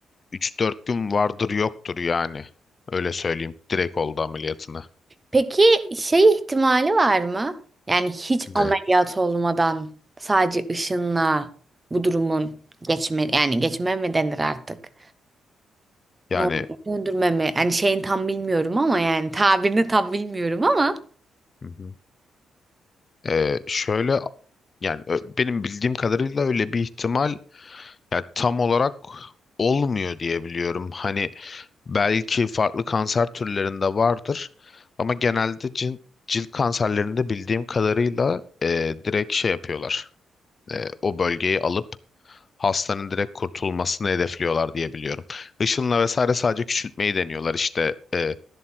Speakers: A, on the left; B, on the right.
A: Üç dört gün vardır yoktur yani. Öyle söyleyeyim. Direkt oldu ameliyatına.
B: Peki şey ihtimali var mı? Yani hiç
A: Ne?
B: ameliyat olmadan sadece ışınla bu durumun geçme yani geçme mi denir artık?
A: Yani
B: Ne oluyor? Döndürme mi? Yani şeyin tam bilmiyorum ama yani tabirini tam bilmiyorum ama
A: hı hı. Ee, şöyle yani ö- benim bildiğim kadarıyla öyle bir ihtimal yani tam olarak olmuyor diye biliyorum. Hani belki farklı kanser türlerinde vardır ama genelde cin- cilt kanserlerinde bildiğim kadarıyla e, direkt şey yapıyorlar. e, o bölgeyi alıp hastanın direkt kurtulmasını hedefliyorlar diye biliyorum. Işınla vesaire sadece küçültmeyi deniyorlar işte e,